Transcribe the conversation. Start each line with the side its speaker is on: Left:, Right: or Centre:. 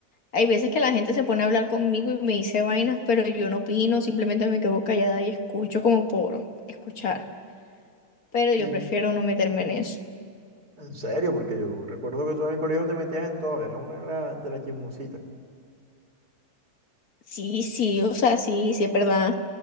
Left: Hay veces que la gente se pone a hablar conmigo y me dice vainas, pero yo no opino, simplemente me quedo callada y escucho como por escuchar. Pero
Right: Y-
Left: yo prefiero no meterme en eso.
Right: En serio, porque yo recuerdo que tú en el colegio te metías en todo. Eras una de las de las chismositas.
Left: Sí, sí, o sea, sí, sí es verdad.